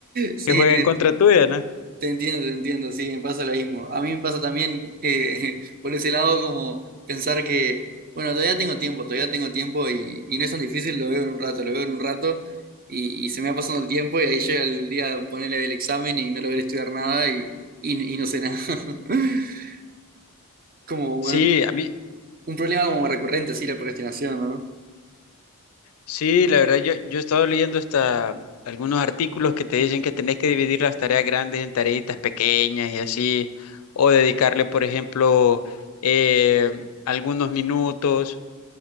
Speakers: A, on the right; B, on the left.
A: Sí,
B: que juega
A: te,
B: en contra tuya, ¿no?
A: Te entiendo, te entiendo, sí, me pasa lo mismo. A mí me pasa también eh, <laughs> por ese lado como pensar que, bueno, todavía tengo tiempo, todavía tengo tiempo y, y no es tan difícil, lo veo en un rato, lo veo en un rato y, y se me va pasando el tiempo y ahí llega el día ponerle del examen y no logré estudiar nada y, y, y no sé nada. <laughs> Como un,
B: Sí, a mí,
A: un problema como recurrente, sí, la procrastinación, ¿no?
B: sí, la verdad, yo, yo he estado leyendo hasta algunos artículos que te dicen que tenés que dividir las tareas grandes en tareitas pequeñas y así, o dedicarle, por ejemplo, eh, algunos minutos,